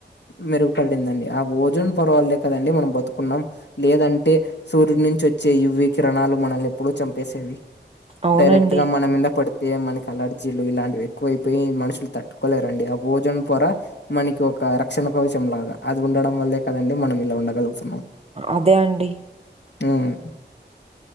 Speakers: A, on the left (about 70°); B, on the right (about 35°).
A: మెరుగుపడిందండి ఆ ఓజోన్ పొరవలే కదండి మనం బతుకున్నాం లేదంటే సూర్యుడి నుంచి వచ్చే ఇవి కిరణాలు మనల్ని ఎప్పుడూ చంపేసేవి
B: అవునండి.
A: డైరెక్ట్ గా మన మీంద పడు తే మనకి అలర్జీలు ఇలాంటివి ఎక్కువైపోయి మనుషులు తట్టుకోలేరండి ఆ ఓజోన్ పొర మనకి ఒక రక్షణ కవచం లాగా అది ఉండడం వల్లే కదండి మనం ఇలా ఉండగలుగుతున్నాం
B: అదే అండి
A: మ్మ్